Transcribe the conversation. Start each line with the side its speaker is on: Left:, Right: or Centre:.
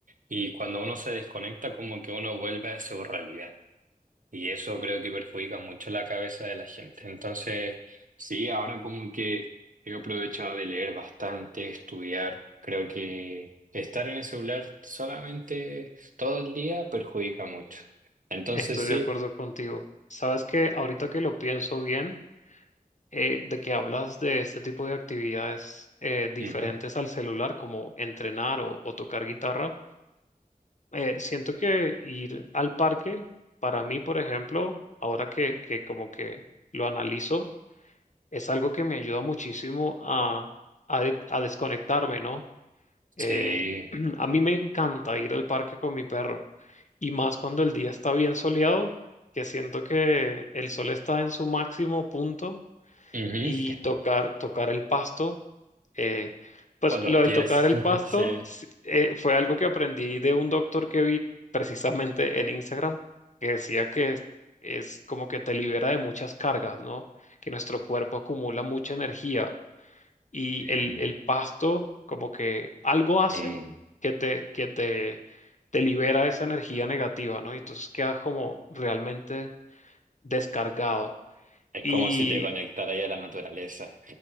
Right: y cuando uno se desconecta como que uno vuelve a su realidad. Y eso creo que perjudica mucho la cabeza de la gente. Entonces, sí, ahora como que he aprovechado de leer bastante, estudiar. Creo que estar en el celular solamente todo el día perjudica mucho. Entonces,
Left: Estoy
Right: sí.
Left: de acuerdo contigo. Sabes que ahorita que lo pienso bien, eh, de que hablas de este tipo de actividades eh, diferentes
Right: Ujú.
Left: al celular, como entrenar o, o tocar guitarra, eh, siento que ir al parque, para mí, por ejemplo, ahora que, que como que lo analizo, es algo que me ayuda muchísimo a, a de- a desconectarme, ¿no? Eh,
Right: Sí.
Left: <clears throat> a mí me encanta ir al parque con mi perro y más cuando el día está bien soleado, que siento que el sol está en su máximo punto
Right: Ujú.
Left: y tocar, tocar el pasto. eh, pues
Right: Por los
Left: lo
Right: pies.
Left: del tocar el
Right: <laughs>
Left: pasto
Right: Sí.
Left: sí, eh, fue algo que aprendí de un doctor que vi precisamente en Instagram, que decía que es, es como que te libera de muchas cargas, ¿no? Que nuestro cuerpo acumula mucha energía y
Right: Sí.
Left: el, el pasto como que algo hace
Right: Mm.
Left: que te, que te, te libera esa energía negativa, ¿no? Y entonces quedas como realmente descargado.
Right: Es
Left: Y
Right: como si te conectara ahí a la naturaleza.